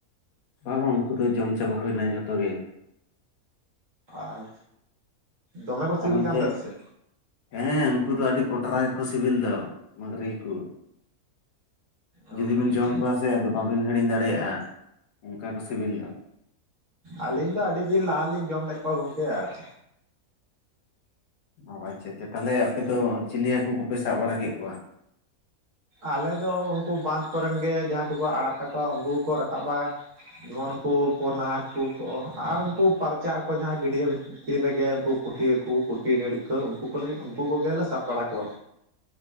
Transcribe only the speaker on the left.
ᱵᱟᱵᱟ ᱩᱱᱠᱩ ᱫᱚ ᱡᱚᱢ ᱪᱟᱵᱟ ᱦᱩᱭᱱᱟ ᱡᱷᱚᱛᱚ ᱜᱮ᱾
ᱟᱨ ᱚᱱᱛᱮ
ᱦᱮᱸ ᱩᱱᱠᱩ ᱫᱚ ᱟᱹᱰᱤ ᱠᱚᱴᱨᱟ ᱜᱮᱠᱚ ᱥᱤᱵᱤᱞ ᱫᱚ ᱢᱟᱹᱝᱜᱽᱨᱤ ᱠᱩ᱾
ᱡᱩᱫᱤ
ᱵᱤᱱ ᱡᱚᱢ ᱠᱚᱣᱟ ᱥᱮ ᱟᱫᱚ ᱵᱟᱵᱤᱱ ᱦᱤᱲᱤᱧ ᱫᱟᱲᱮᱭᱟᱜ, ᱚᱱᱠᱟ ᱠᱚ ᱥᱤᱵᱤᱞ ᱫᱚ᱾
ᱚ ᱟᱪᱪᱷᱟ ᱟᱪᱪᱷᱟ ᱛᱟᱦᱚᱞᱮ ᱟᱯᱮ ᱫᱚ ᱪᱤᱞᱤ ᱦᱟᱹᱠᱩ ᱠᱚᱯᱮ ᱥᱟᱵ ᱵᱟᱲᱟ ᱠᱮᱫ ᱠᱚᱣᱟ?